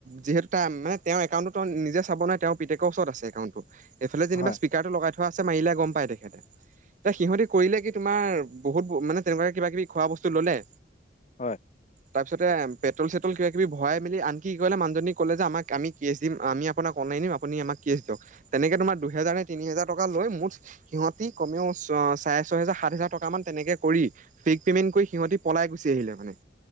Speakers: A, on the right; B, on the left.
A: যিহেতু তাই মানে তেওঁৰ একাউণ্টটো তেওঁ নিজে চাব নোৱাৰে, তেওঁৰ পিতেকৰ ওচৰত আছে একাউণ্ট টো এইফালে যেনিবা
B: হয় হয়
A: স্পীকাৰটো লগাই থোৱা আছে, মাৰিলে গম পাই তেখেতে
B: হয়
A: সিহঁতি কৰিলে কি তোমাৰ, বহুত মানে তেনেকুৱা কিবা-কিবি খোৱা বস্তু ল'লে
B: হয়
A: তাৰপিছতে পেট্ৰল-চেট্ৰল, কিবা-কিবি ভৰাই মেলি আনকি কি কৰিলে মানুহজনীক ক'লে যে আমাক আমি কেছ দিম, আমি আপোনাক মাৰি দিম, আপোনি আমাক কেছ দিয়ক, তেনেকে তোমাক দুহেজাৰ নে তিনি হেজাৰ টকা লৈ মোৰ সিহঁতি কমেও অ, চাৰে ছয় হাজাৰ, সাত হাজাৰ টকা মান তেনেকে কৰি, ফেক পেমেন্ট কৰি, সিহতি পলাই গুচি আহিলে মানে